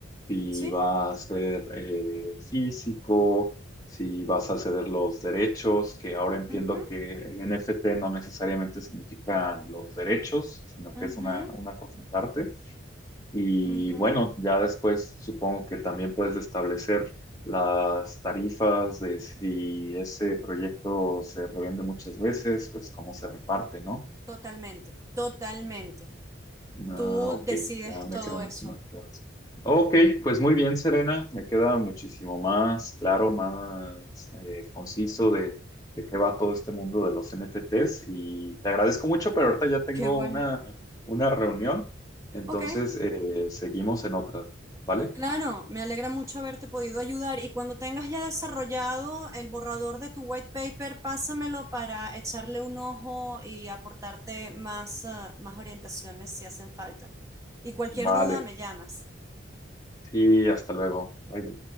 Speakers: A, on the left; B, on the right.
A: si
B: sí.
A: va a ser eh, físico, si vas a ceder los derechos, que ahora entiendo
B: Uh -huh.
A: que en NFT no necesariamente significan los derechos, sino
B: Uh
A: que es una, una cosa aparte. Y
B: -huh.
A: bueno, ya después supongo que también puedes establecer las tarifas de si ese proyecto se revende muchas veces, pues cómo se reparte, ¿no?
B: Totalmente, totalmente.
A: Ah,
B: Tú
A: ok,
B: decides
A: ya me
B: todo
A: quedan
B: eso.
A: mucho más claras. Ok, pues muy bien, Serena, me queda muchísimo más claro, más eh, conciso de, de qué va todo este mundo de los NFTs y te agradezco mucho, pero ahorita ya tengo
B: Qué bueno.
A: una, una reunión, entonces
B: Ok,
A: eh, seguimos en otra, ¿vale?
B: claro, me alegra mucho haberte podido ayudar y cuando tengas ya desarrollado el borrador de tu white paper, pásamelo para echarle un ojo y aportarte más, ah, más orientaciones si hacen falta. Y cualquier
A: Vale,
B: duda, me llamas.
A: sí, hasta luego. Bye.